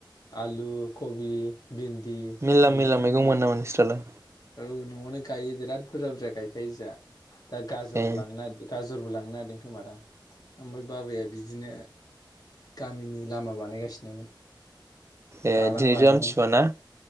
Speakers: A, on the left; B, on the right.
A: आलु, कबि भिन्दि
B: मेला मेला
A: बिदिनो
B: मैगं
A: मै
B: मोनो नामा नोंस्रालाय?
A: औ न'आवनो गायो बिराद बुरजा बुरजा गायखायो जा। दा गाजर
B: ए
A: लांनादो गाज जरबो लांनो नागिरदों खोमादां। ओमफाय बाबाया बिदिनो गामिनि लामा बानायगासिनोमोन।
B: ए
A: दालां
B: दिनैथ'
A: बानायदों
B: आमथिसुवाना?